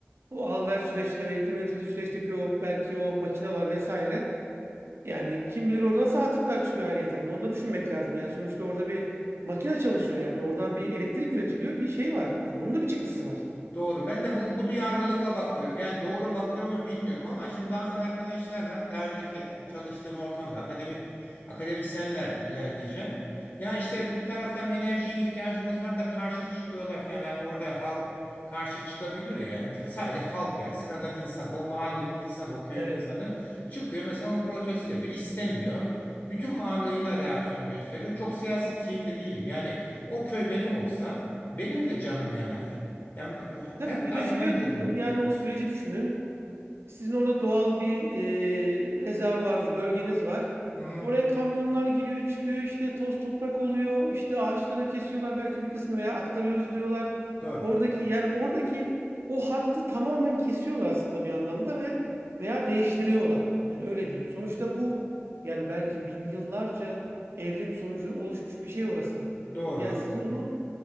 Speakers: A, on the right (about 65°); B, on the left (about 45°).
A: o alver süreçleri elektrik üretildiği süreçteki o belki o makineler vesaire yani kim bilir oradan nasıl atıklar çıkıyor ayrıyeten de onu da düşünmek lazım. Yani sonuçta orada bir makine çalışıyor yani oradan bir elektrik üretiliyor bir şey var yani onun da bir çıktısı var.
B: Doğru. Ben de bu, bu duyarlılıkla bakıyorum. Yani doğru bakıyor muyum bilmiyorum ama şimdi bazen arkadaşlarla daha önceki çalıştığım ortamda akademik akademisyenlerle diyeceğim. Ya işte bir taraftan enerjiye ihtiyacımız var da karşı çıkıyorlar falan. Hani orada halk karşı çıkabiliyor yani. <laughs> Sadece halk yani sıradan insan, o mahallenin insanı, o köyün
A: Evet.
B: insanı çıkıyor mesela onu protesto ediyor. İstemiyor. Bütün varlığıyla reaksiyon gösteriyor. Çok siyaset şeyinde değilim. Yani o köy benim olsa benim de canım yanar. Yani
A: Tabii
B: her
A: bir
B: aynı
A: de şöyle
B: pencereden
A: düşünün.
B: bakıyoruz.
A: Yani o süreci düşünün. Sizin orada doğal bir e, rezervuarınız, bölgeniz var.
B: Hı hı,
A: Oraya kamyonlar giriyor, çıkıyor işte toz toprak oluyor. işte ağaçları kesiyorlar belki bir kısmı veya aktarıyoruz diyorlar.
B: doğru.
A: Oradaki yani oradaki o hattı tamamen kesiyorlar aslında bir anlamda ve veya değiştiriyorlar. Yani öyle diyeyim. Sonuçta bu yani belki bin yıllarca evrim sonucu oluşmuş bir şey orası.
B: Doğru.
A: Yani siz onu